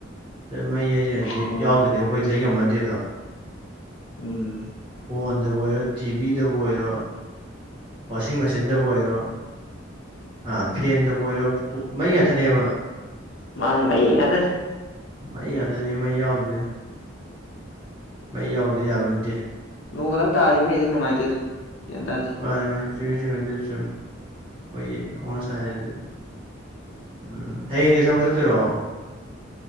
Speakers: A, on the right (about 25°); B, on the left (about 75°).
A: ꯃꯩ ꯍꯥꯏꯁꯤꯅꯗꯤ
B: ꯎꯝ
A: ꯌꯥꯎꯗ꯭ꯔꯗꯤ ꯑꯩꯈꯣꯏ ꯂꯩꯉꯝꯃꯟꯗꯦꯗ
B: ꯎꯝ
A: ꯐꯣꯟꯗꯕꯨ ꯑꯣꯏꯔꯣ ꯇꯤꯚꯤꯗꯕꯨ ꯑꯣꯏꯔꯣ ꯋꯥꯁꯤꯡ ꯃꯦꯆꯤꯟꯗꯕꯨ ꯑꯣꯏꯔꯣ ꯍꯥ ꯐꯦꯟꯗꯕꯨ ꯑꯣꯏꯔꯣ ꯐꯨ ꯃꯩ ꯉꯥꯛꯇꯅꯦꯕ
B: ꯃꯥꯅꯦ ꯃꯩ ꯉꯥꯛꯇꯅꯦ
A: ꯃꯩ ꯉꯥꯛꯇꯅꯦ ꯃꯩ ꯌꯥꯎꯗ꯭ꯣꯏꯅꯦ ꯃꯩ ꯌꯥꯎꯗꯗꯤ ꯌꯥꯕ ꯅꯠꯇꯦ
B: ꯅꯣꯡ ꯈꯛꯇꯛ ꯇꯥꯔꯗꯤ ꯃꯩꯍꯦꯛꯇ ꯅꯨꯡꯉꯥꯏꯇꯦꯗ ꯒꯌꯥꯟ ꯇꯥꯗꯦ
A: ꯃꯥꯅꯤ ꯃꯥꯅꯤ ꯆꯨꯝꯃꯤ ꯆꯨꯝꯃꯤ ꯑꯗꯨꯁꯨ ꯆꯨꯝꯃꯤ ꯑꯩꯈꯣꯏ ꯒꯤ ꯍꯧꯅꯁꯥꯅꯤ ꯑꯗꯨꯗꯤ ꯎꯝ ꯍꯌꯦꯡꯗꯤ ꯊꯕꯛ ꯆꯠꯇꯣꯏꯔꯣ